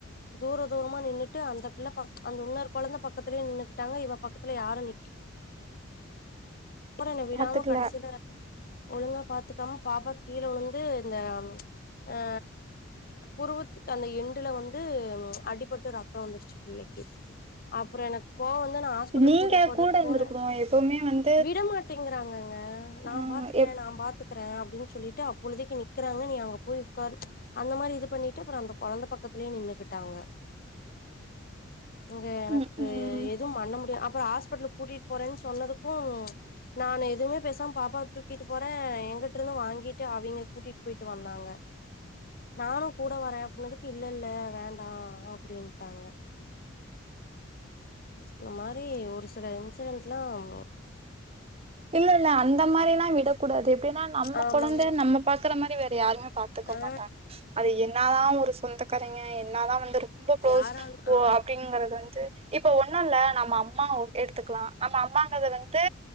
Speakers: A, on the left (about 45°); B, on the right (about 30°).
A: தூர தூரமா நின்னுட்டு அந்த பிள்ள பக் அந்த இன்னொரு கொழந்த பக்கத்துலயே நின்னுகிட்டாங்க இவ பக்கத்துல யாரு நிக்க அப்பறோ என்ன விடாம
B: பாத்துக்கல
A: கடைசில ஒழுங்கா பாத்துக்காம பாப்பா கீழ விழுந்து இந்த ஆ புருவத்துக்கு அந்த எண்டுல வந்து அடிப்பட்டு ரத்தோ வந்துருச்சி பிள்ளைக்கி அப்பறோ எனக்கு கோவோ
B: நீங்க
A: கூட்டிட்டு போறதுக்கு
B: கூட இருந்துருக்கணு
A: போறே
B: எப்பவுமே வந்
A: விடமாட்டேங்கிறாங்கங்க நா
B: ம்
A: பாத்துக்குறே
B: எப்
A: நா பாத் த்துக்கிறே அப்டின்னு சொல்லிட்டு அப்பொழுதைக்கு நிக்கிறாங்க நீ அங்க போய் உக்காரு அந்த மாரி இது பண்ணிட்டு அப்பறோ அந்த கொழந்த பக்கத்துலயே நின்னுக்கிட்டாங்க இங்க எனக்கு
B: ம் ம்
A: எதுவும் மண்ண முடியு அப்பறோ ஹாஸ்பிடலுக்கு கூட்டிட்டு போறேன்னு சொன்னதுக்கு ம்ச் நான்னு எதுவுமே பேசாம பாப்பா தூக்கிட்டு போறே எங்கிட்ருந்து வாங்கிட்டு அவங்க கூட்டிட்டு போயிட்டு வந்தாங்க நானு கூட வரே அப்பனதுக்கு இல்ல இல்ல வேண்டா அப்டின்ட்டாங்க இந்த மாரி ஒரு சில இன்சிடென்ஸ்லாம்
B: இல்லல்ல அந்த மாரில்லா விட கூடாது எப்டினா நம்ம
A: ஆமாங்க
B: கொழந்த நம்ம பாக்கற மாரி வேற யாருமே பாத்துக்க
A: ஆ
B: மாட்டாங்க அது என்னதா ஒரு சொந்தக்காரைங்க என்னதா வந்து ரொம்ப குளோஸ்
A: யாரா
B: ஓ
A: ஆ
B: அப்டிங்கறது வந்து இப்ப ஒண்ணுல்ல நம்ம அம்மா எடுத்துக்கலா நம்ம அம்மாங்கறது வந்து